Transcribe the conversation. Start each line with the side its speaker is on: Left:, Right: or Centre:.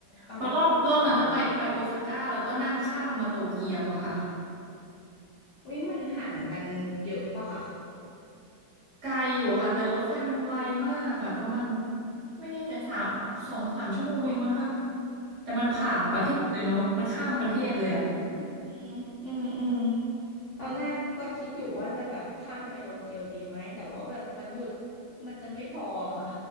Left: กลับมาโตเกียว
Right: เพราะรอบรอบนั้นนะไปไปโอซาก้าแล้วก็นั่งข้ามมาโตเกียวอะค่ะ
Left: วิมันห่างกันเยอะปะคะ
Right: ไกลอยู่ค่ะแต่รถไฟมันไวมากอะประมาณไม่แน่ใจสามสองสามชั่วโมงเองมั้งคะแต่มันผ่าประเทศเลยเนาะมันข้ามประเทศเลยอะ
Left: อ๋ออืมอืมอืมตอนแรกก็คิดอยู่ว่าจะแบบข้ามไปโตเกียวดีไหม แต่ว่าแบบวันหยุดมันจะไม่พอค่ะ